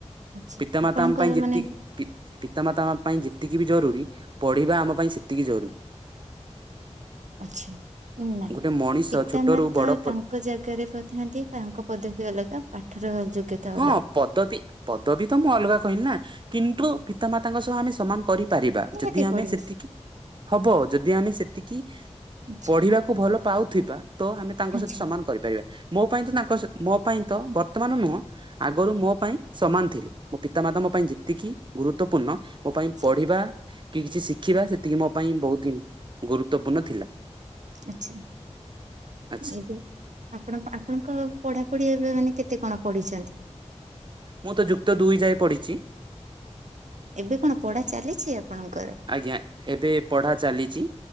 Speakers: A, on the right (about 85°); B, on the right (about 40°).
A: ଆଛା
B: ପିତାମାତାଙ୍କ
A: ଆପଣଙ୍କ
B: ପାଇଁ ଯେତିକି
A: ମାନେ
B: ପି ପିତାମାତା ଆମ ପାଇଁ ଯେତିକି ବି ଜରୁରୀ ପଢିବା ଆମ ପାଇଁ ସେତିକି ଜରୁରୀ।
A: ଆଛା ନାଇଁ
B: ଗୋଟେ ମଣିଷ
A: ପିତା
B: ଛୋଟରୁ
A: ମାତା
B: ବଡ
A: ତା ତାଙ୍କ ଜାଗାରେ କଥାନ୍ତି ତାଙ୍କ ପଦବୀ ଅଲଗା ପାଠର ଯୋଗ୍ୟତା
B: ହଁ
A: ଅଲଗା
B: ପଦବୀ ପଦବୀ ତ ମୁଁ ଅଲଗା କହିଲି ନା। କିନ୍ତୁ ପିତାମାତାଙ୍କ ସହ ଆମେ ସମାନ କରି ପାରିବା
A: ନିହାତି
B: ଯଦି ଆମେ
A: ପଢିବ
B: ସେତିକି
A: ସେ।
B: ହବ ଯଦି ଆମେ ସେତିକି
A: ଆଛା
B: ପଢିବାକୁ ଭଲ ପାଉଥିବା ତ ଆମେ ତାଙ୍କ
A: ଆଛା
B: ସହି ସମାନ କରିପାରିବା। ମୋ ପାଇଁ ତ ତାଙ୍କ ମୋ ପାଇଁ ତ ବର୍ତ୍ତମାନ ନୁହଁ ଆଗରୁ ମୋ ପାଇଁ ସମାନ ଥିଲେ ମୋ ପିତାମାତା ମୋ ପାଇଁ ଯେତିକି ଗୁରୁତ୍ୱପୂର୍ଣ୍ଣ ମୋ ପାଇଁ
A: ଆଛା।
B: ପଢିବା କି କିଛି ଶିଖିବା ସେତିକି ମୋ ପାଇଁ ବହୁତ ହି ଗୁରୁତ୍ୱପୂର୍ଣ୍ଣ ଥିଲା।
A: ଆଛା।
B: ଆଚ୍ଛା
A: ଏବେ ଆପଣ ଆପଣଙ୍କ ପଢାପଢି ଏବେ ମାନେ କେତେ କଣ ପଢିଚନ୍ତି।
B: ମୁଁ ତ ଯୁକ୍ତ ଦୁଇ ଯାଏ ପଢିଚି।
A: ଏବେ କଣ ପଢା ଚାଲିଚି ଆପଣଙ୍କର?
B: ଆଜ୍ଞା ଏବେ ପଢା ଚାଲିଚି।